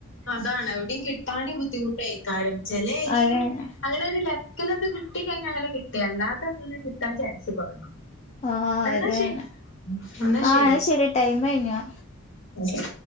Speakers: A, on the left (about 65°); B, on the left (about 30°).
A: അതാണ് എവിടെയും കിട്ടാനും ബുദ്ധിമുട്ടേയ്ക്കാരം ചെലെ ഏരിയേല്
B: അതന്നെ
A: അങ്ങനെ ഒരു ലെ ചെലത് കിട്ടിഴിഞ്ഞാൽ അങ്ങനെ കിട്ടി അല്ലാതെ അങ്ങനെ കിട്ടാൻചാൻസ് കൊറവാ
B: ആഹ്
A: എന്നാ
B: അതന്നെ
A: ശ എന്നാ
B: ആഹ്
A: ശരി
B: അത് ടൈം കഴിഞ്ഞു
A: ഓക്കെ